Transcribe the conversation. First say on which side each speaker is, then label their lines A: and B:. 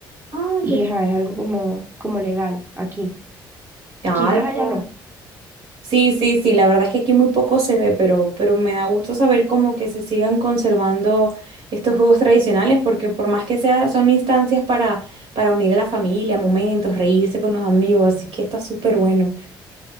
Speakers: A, on the right (about 65°); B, on the right (about 20°).
A: Ah,
B: Y
A: qué
B: ajá, es algo como, como legal aquí.
A: Ay,
B: Quizás allá
A: no.
B: no.
A: Sí, sí, sí, la verdad es que aquí muy poco se ve, pero, pero me da gusto saber como que se sigan conservando estos juegos tradicionales, porque por más que sea, son instancias para, para unir a la familia, momentos, reírse con los amigos, así que está súper bueno.